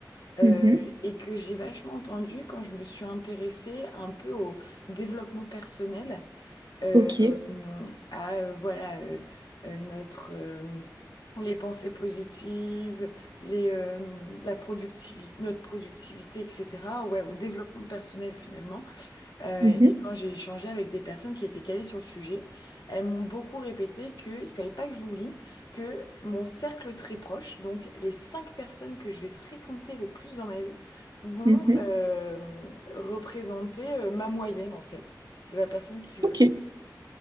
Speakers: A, on the left (about 75°); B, on the right (about 70°).
A: euh,
B: Mhm.
A: et que j'ai vachement entendu quand je me suis intéressée un peu au développement personnel, euh,
B: Ok.
A: à euh, voilà euh, euh, notre euh, les pensées positives, les euh, la productivité, notre productivité, etc. Ouais, au développement personnel finalement. Euh,
B: Mhm.
A: et quand j'ai échangé avec des personnes qui étaient calées sur le sujet, elles m'ont beaucoup répété qu'il fallait pas que j'oublie que mon cercle très proche, donc les cinq personnes que je vais fréquenter le plus dans ma vie, vont
B: Mhm.
A: euh, représenter euh, ma moyenne en fait, de la personne qui je
B: Ok.
A: veux.